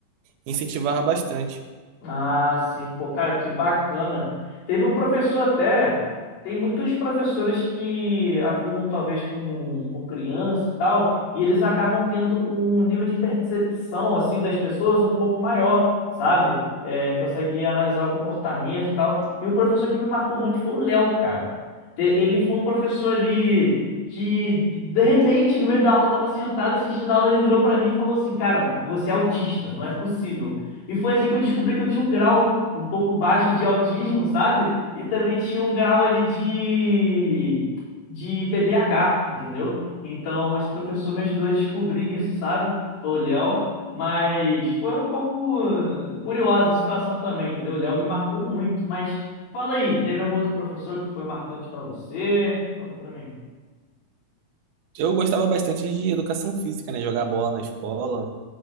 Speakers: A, on the right; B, on the left.
A: incentivava bastante.
B: Ah, sim, pô, cara, que bacana. Teve um professor até, tem muitos professores que atuam talvez com, com criança e tal, e eles acabam tendo um nível de percepção, assim, das pessoas um pouco maior, sabe? É, consegue analisar o comportamento e tal. E um professor que me marcou muito foi o Léo, cara. Te- Ele foi um professor ali que, de repente, no meio da aula, eu tava sentado assistindo a aula, ele virou para mim e falou assim, cara, você é autista, não é possível. E foi assim que eu descobri que eu tinha um grau um pouco baixo de autismo, sabe? E também tinha um grau ali de, de TDAH, entendeu? Então, esse professor me ajudou a descobrir isso, sabe? Foi o Léo. Mas foi um pouco eh, curiosa a situação também, entendeu? O Léo me marcou muito. Mas fala aí, teve algum outro professor que foi marcante para você? Conta para mim.
A: Eu gostava bastante de educação física, né? Jogar bola na escola,